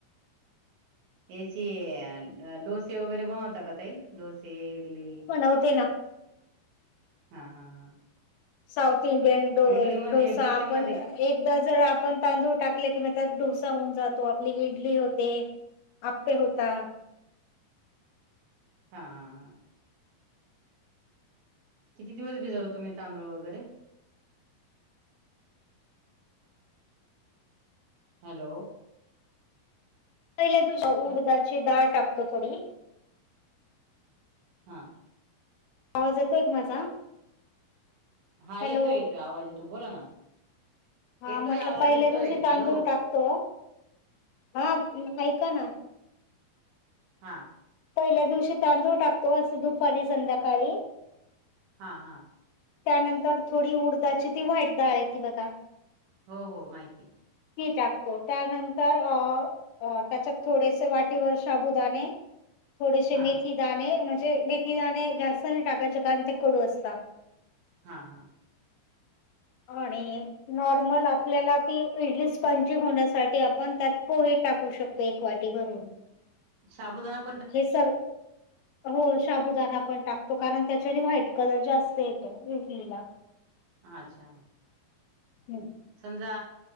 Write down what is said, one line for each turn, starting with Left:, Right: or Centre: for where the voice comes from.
Right: याचे डोसे वगैरे बनवताात का तई डोसे इडली
Left: नव दे ना
Right: हा हा हा
Left: साऊथ इंडियन
Right: इडली मध्ये
Left: डोसा
Right: डोस्यामध्ये
Left: आपण एकदा जर आपण तांदूळ टाकले कि त्यात डोसा होऊन जातो आपली इडली होते आपे होता
Right: हा हां हां किती दिवस भजातो तुम्हीांदळ वगैरे हॅलो
Left: पहिल्या दिवस उडदाची
Right: ह-
Left: डाळ टाकतो थोडी
Right: हा
Left: आवाज येतोय एक माझा
Right: हा
Left: हॅलो
Right: येतोय येतोय आवाज येतो बोला ना
Left: हा
Right: येतोय
Left: म्हटलं
Right: आवाज
Left: पहिल्या
Right: येतोय
Left: दिवशी तांदूळ
Right: हॅलो
Left: टाकतो हा ऐका ना
Right: हा
Left: पहिल्या दिवशी तांदूळ टाकतो असं दुपारी संध्याकाळी
Right: हा हा
Left: त्यानंतर थोडी उडदाची ती वा्हाईट डाळ आहे ती बघा
Right: हो हो माहिती
Left: मी टाकतो त्यानंतर अ अ त्याच्यात थोडेसे वाटीवर शाबुदाणे थोडेसे
Right: हा
Left: मेथी दाणे म्हणजे मेथी दाणे जास्त नाही टाकायचे कारण ते कडू असत
Right: हा हा
Left: होणे नॉर्मल आपल्याला ती इडली स्पंजी होण्यासाठी आपण त्यात पोहे टाकू शकतो क वावाटी भरून
Right: साबुदान
Left: हे सर हो शाबुदाना पण टाकतो कारण त्याच्याने व्हाईट कलर जास्त येतो इडलीला <inaudible>
Right: अच्छा
Left: हम्
Right: समजा